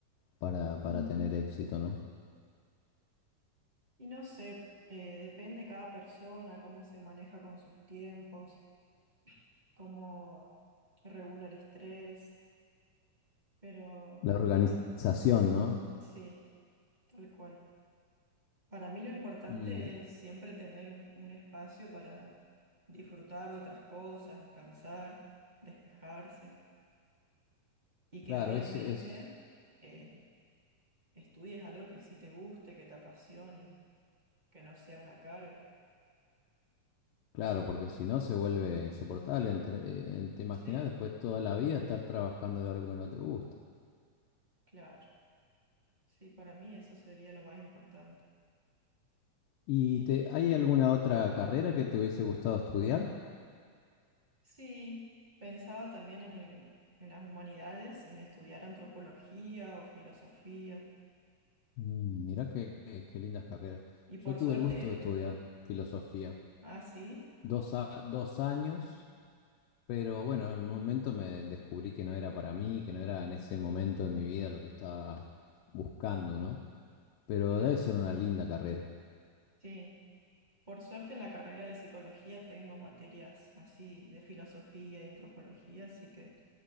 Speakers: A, on the left; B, on the right.
A: para, para
B: Mm.
A: tener éxito, ¿no?
B: Y no sé, eh, depende cada persona, cómo se maneja con sus tiempos, cómo regula el estrés, pero
A: La organización,
B: pa-
A: ¿no?
B: sí, tal cual. Para mí lo importante
A: Y
B: es siempre tener un, un espacio para disfrutar de otras cosas, descansar, despejarse y
A: claro,
B: que obviamente
A: es, es
B: eh, estudies algo que sí te guste, que te apasione, que no sea una carga.
A: Claro, porque si no se vuelve insoportable. entre- eh, en- te imaginas
B: Sí,
A: después toda la vida estar trabajando de algo que no te gusta.
B: claro. Sí, para mí eso sería lo más importante.
A: ¿Y
B: Y-
A: te, hay alguna otra carrera que te hubiese gustado estudiar?
B: Sí, pensaba también en el, en las humanidades, en estudiar antropología o filosofía.
A: Mm, mirá qué, qué- qué lindas carreras.
B: Y por
A: Yo tuve
B: suerte,
A: el gusto de estudiar
B: eh,
A: filosofía.
B: ah, sí,
A: Dos, a- dos años, pero bueno, en un momento me descubrí que no era para mí, que no era en ese momento de mi vida lo que estaba buscando, ¿no? Pero
B: claro,
A: debe ser una linda carrera.
B: sí. Por suerte en la carrera de psicología tengo materias así de filosofía y antropología, así que